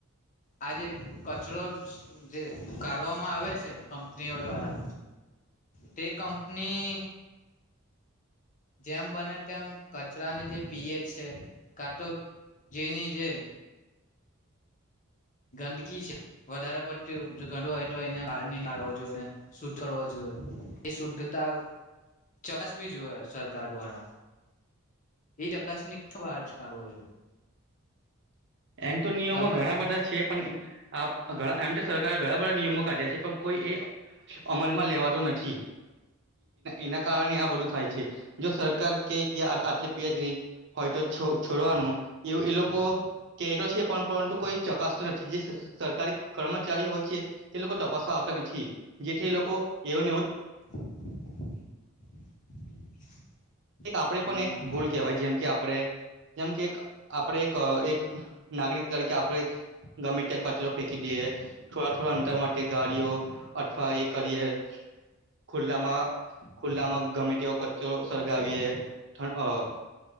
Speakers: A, on the left (about 35°); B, on the right (about 50°).
A: આજે, કચરો. જે કરવામાં આવે છે. કંપનીઓ દ્વારા તે કંપની. જેમ બને તેમ કચરા ની જેે પીએ એ. છે. કાટો. <unintelligible> જેની, જે. ગંદકી છે વધારે પડતી ગ હોય તો એને બહાર નીકાળવો જોઈએ. શુદ્ધ કરવો જોઈએ. એ શુદ્ધતા ચકાસવી જોઈએ. સરકાર, દ્વારા એ ચકાસણી બહાર કાઢવી જોઈએ.
B: એમ તો નિયમો
A: તમે
B: ઘણા બધા છે. પણ, આપ એમ તો સરકારે ઘણા બધા નિયમો કાઢ્યા છે પણ કોઈ એ અમલમાં લેવાતો નથી એના કારણે આ બધું. <unintelligible> થાય છે. જો સરકાર ક કે આટલી નજર હોય તો છોડવાનું, એ એ લોકો. છે. પણ પરંતુ કોઈ જ ચક્ર. કસરત નથી જે સરકારી કર્મચારીઓ. <unintelligible> ચારીયો હોય છે. તે લોકો તપાસવા આવતા નથી જેથી લોકો એવને એવું
A: <unintelligible>
B: એક આપડે
A: હમ
B: પન એક ભૂલ કેહેવાય, જેમ કે આપડે જેમ કે, આપડે એક એક નાગરિક તરીકે આપણે ગમે ત્યા કચરો ફેંકી દીએ થોડા થોડા અંતર માટે ગાડીઓ અથવા એ કરીએ ખુલ્લામાં ખુલ્લામાં ગમે તેવો ક ચ સર ગાવીએ ઠં અ